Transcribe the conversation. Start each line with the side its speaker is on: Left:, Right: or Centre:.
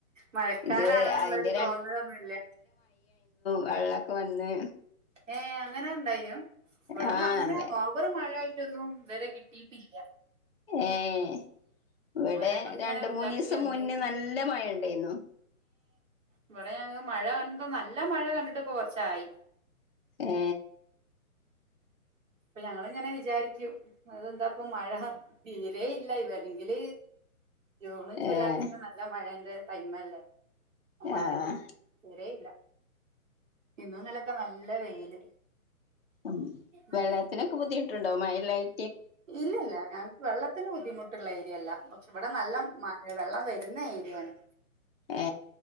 Right: മഴക്കാലാണ്ന്ന്
Left: ഇത് അതിന്റെ
Right: ഇള്ളൊര് തോന്നലൊന്നും ഇല്ല്യാ
Left: വള്ളൊക്കെ വന്ന്
Right: ഏ അങ്ങനെ ഇണ്ടായിനോ ഇവടെന്നാ
Left: ആഹ്
Right: അങ്ങനെ
Left: നല്ല
Right: ഓവറ് മഴ ആയിട്ടൊന്നും വെരെ കിട്ടിയിട്ട് ഇല്ല
Left: ഏ എ ഇവടെ
Right: ഞങ്ങളിങ്ങനെ
Left: രണ്ട്
Right: വിചാരിക്കും
Left: മൂന്നീസം
Right: എന്തായിരിക്കും
Left: മുന്നെ നല്ല മഴ ഇണ്ടെയ്ന്നു
Right: ഇവടെ ഞങ്ങക്ക് മഴ കാണുമ്പം നല്ല മഴ കണ്ടിട്ട് ഇപ്പം കൊർച്ചായി
Left: ഏ
Right: അപ്പ ഞങ്ങൾ ഇങ്ങനെ വിചാരിക്കും അതെന്താ ഇപ്പൊ മഴ തീരെ ഇ ല്ല <unintelligible> വെര്നെങ്കിൽ ജൂണും ജൂലൈക്കെ
Left: ഏഹ്
Right: നല്ല മഴെന്റെ ടൈമല്ലേ മഴ
Left: ആഹ്
Right: ഇല്ല തീരെ ഇല്ല ഇന്നും ഇന്നലൊക്കെ നല്ല വെയില്
Left: ഉം
Right: ഉം
Left: വെള്ളത്തിനൊക്കെ ബുദ്ധിമുട്ട്ണ്ടൊ മയില്ലായി
Right: ഇല്ലല്ല ഞങ്ങക്ക് വെള്ളത്തിന് ബുദ്ധിമുട്ടുള്ള ഏര്യയല്ല ഷേ ഇവിടെ നല്ല മലവെള്ളം വെ വരുന്ന ഏര്യയാണ്
Left: ഏ